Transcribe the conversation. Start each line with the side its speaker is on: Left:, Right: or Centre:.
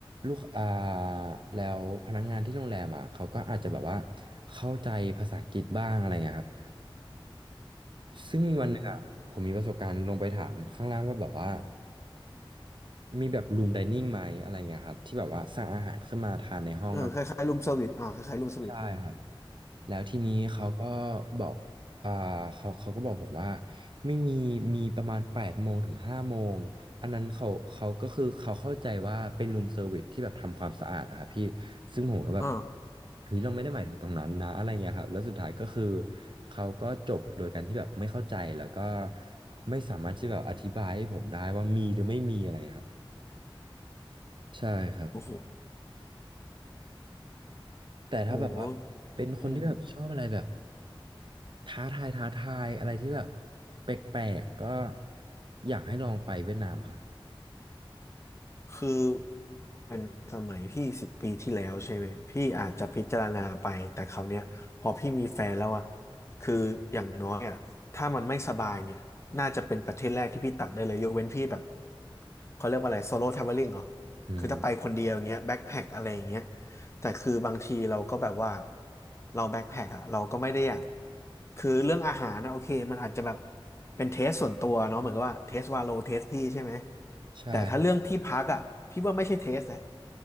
Right: ลูกอ่าแล้วพนักงานที่โรงแรมอ่ะเขาก็อาจจะแบบว่าเข้าใจภาษาอังกฤษบ้างอะไรเงี้ยครับ ซึ่งมีวันหนึงอัะผมมีประสบการณ์ลงไปถามข้างล่างว่าแบบว่า
Left: อืม
Right: มีแบบรูมไดนิ่งไหมอะไรเงี้ยครับที่แบบว่าสั่งอาหารขึ้นมาทานในห้องอะไร
Left: เออคล้ายๆรูมเซอร์วิสอ่าคล้ายๆรูมเซอร์วิสอืม
Right: ใช่ครับ แล้วทีนี้เขาก็บอกอ่าเขาเขาก็บอกผมว่าไม่มีมีประมาณแปดโมงถึงห้าโมง อันนั้นเขาเขาก็คือเขาเข้าใจว่าเป็นรูมเซอร์วิสที่แบบทำความสะอาดอะครับพี่ซึ่งผมก็แบบ
Left: อ่า
Right: เฮ้ยเราไม่ได้หมายถึงตรงนั้นนะอะไรเงี้ยครับแล้วสุดท้ายก็คือเขาก็จบโดยการที่แบบไม่เข้าใจแล้วก็ไม่สามารถที่แบบอธิบายให้ผมได้ว่ามีหรือไม่มีอะไรครับใช่ครับ
Left: โอ้โห
Right: แต่ถ้าแบบว่า
Left: โอ้
Right: เป็นคนที่แบบชอบอะไรแบบ
Left: อืม
Right: ท้าทายท้าทายอะไรที่แบบแปลกๆก็อยากให้ลองไปเวียดนามครับ
Left: คือเป็นสมัยพี่สิบปีที่แล้วใช่ไหม พี่อาจจะพิจารณาไป แต่คราวเนี้ยพอพี่มีแฟนแล้วอะคืออย่างน้อยอะถ้ามันไม่สบายเนี่ยน่าจะเป็นประเทศแรกที่พี่ตัดได้เลยยกเว้นพี่แบบเขาเรียกว่าอะไรโซโล่ท r a v e l ลิ n งเหรอ
Right: อืม
Left: คือถ้าไปคนเดียวอย่างเงี้ยแบ็คแพ็คอะไรอย่างเงี้ย แต่คือบางทีเราก็แบบว่าเราแบ็คแพ็คอะเราก็ไม่ได้อยากคือเรื่องอาหารนะโอเคมันอาจจะแบบเป็นเทสส่วนตัวเนาะเหมือนกับว่าเทสวาโลเทสพี่ใช่ไหม
Right: ใช่
Left: แต่ถ้าเรื่องที่พักอะพี่ว่าไม่ใช่เทสนะ